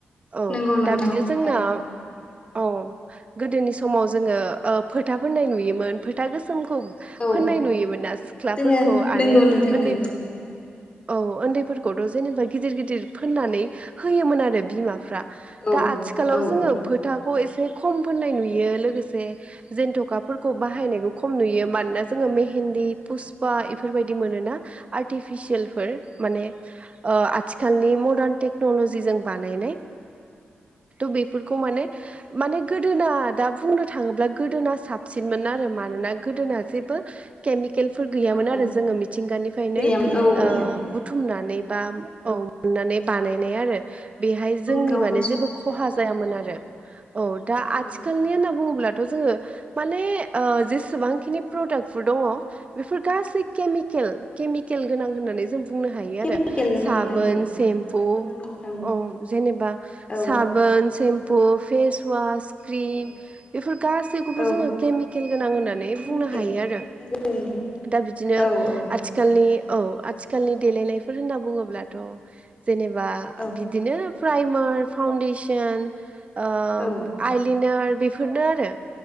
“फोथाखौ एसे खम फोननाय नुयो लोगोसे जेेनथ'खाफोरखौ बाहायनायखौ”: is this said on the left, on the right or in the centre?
Right